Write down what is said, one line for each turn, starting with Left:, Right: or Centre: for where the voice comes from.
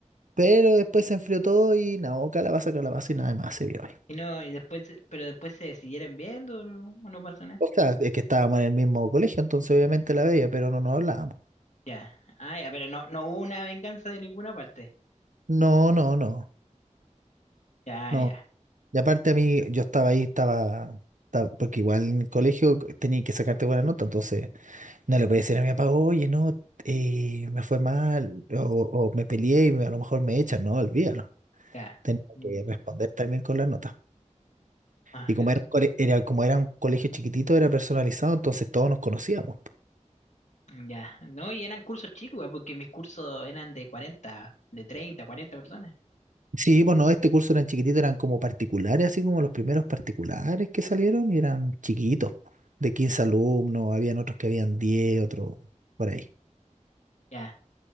Right: Pero después se enfrió todo y no, calabaza, calabaza y nada más se vio hoy.
Left: Y no, y después, se- pero después se siguieron viendo o no, o no pasó nada.
Right: O sea, es que estábamos en el mismo colegio, entonces obviamente la veía, pero no nos hablábamos.
Left: Ya. Ah, ya, pero no, no hubo una venganza de ninguna parte.
Right: No, no, no,
Left: Ya,
Right: no.
Left: ya,
Right: Y aparte a mí, yo estaba ahí, estaba, estaba- porque igual en el colegio tenía que sacarte buena nota, entonces no le podía decir a mi papá, oye, no, eh, me fue mal, o, o me peleé y me- a lo mejor me echan, no, olvídalo.
Left: ya.
Right: Tenía
Left: Mm.
Right: que responder también con la nota.
Left: Ah,
Right: Y como
Left: yo-
Right: era un cole- era, como era un colegio chiquitito, era personalizado, entonces todos nos conocíamos.
Left: ya. No, y eran cursos chicos, ah, porque mis cursos eran de cuarenta de treinta 40 personas.
Right: Sí, bueno, este curso eran chiquititos, eran como particulares, así como los primeros particulares que salieron y eran chiquitos, po, de 15 alumnos, habían otros que habían diez, otros por ahí.
Left: Ya.